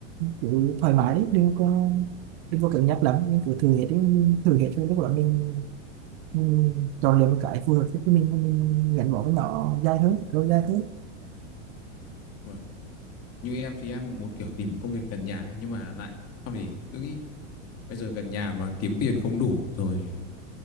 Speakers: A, on the right; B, on the left.
A: cứ thoải mái đi đừng có đừng có cứng nhắc lắm mình cứ thử hết đi mình thử hết rồi lúc đó mình, mình chọn lựa một cái phù hợp với mình và mình gắn bó với nó dài hơn lâu dài hơn
B: ấy? Như em thì em muốn kiểu tìm một công việc gần nhà ấy, nhưng mà lại xong thì cứ nghĩ bây giờ gần nhà mà kiếm tiền không đủ rồi